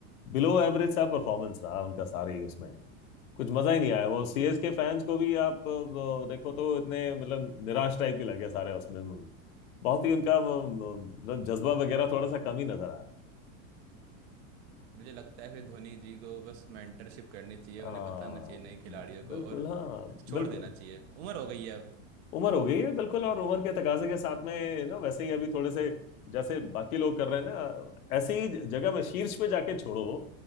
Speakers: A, on the left; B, on the right.
A: बिलो एवरेज सा परफॉर्मेंस रहा उनका सारी उसमें कुछ मजा ही नहीं आया वो
B: हम्म
A: सीएस के फैंस को भी आप अ, वो, देखो तो इतने मतलब निराश टाइप ही लगे सारे उसमें बहुत ही उनका वो, वो, मतलब जज्बा वगैरह थोड़ा सा कम ही नजर आया
B: मुझे लगता है कि धोनी जी को बस मेंटरशिप करनी चाहिए उन्हें
A: हाँ
B: बताना चाहिए नए खिलाड़ियों को
A: बिल्कुल
B: और
A: हाँ
B: छोड़
A: बिल्कुल
B: देना चाहिए उम्र हो गई है अब
A: उम्र हो गई है बिल्कुल और उम्र के तकाजे के साथ में ना वैसे ही अभी थोड़े से जैसे बाकी लोग कर रहे हैं ना ऐसी ही जगह में शीर्ष पे जाके छोड़ो